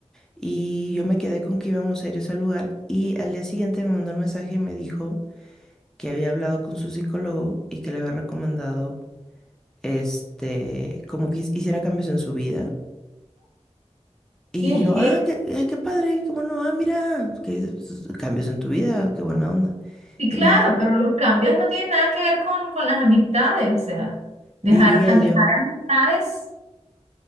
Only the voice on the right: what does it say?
¿Qué es
eso?
Sí,
claro,
pero los cambios no tienen nada que ver con, con las amistades, o sea,
dejar, a dejar
amistades,